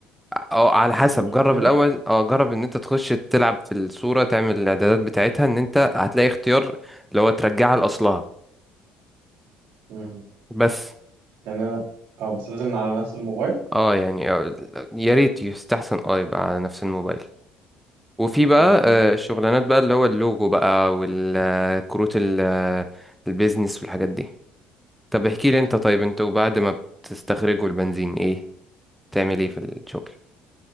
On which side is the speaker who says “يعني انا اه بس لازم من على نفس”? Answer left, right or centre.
Right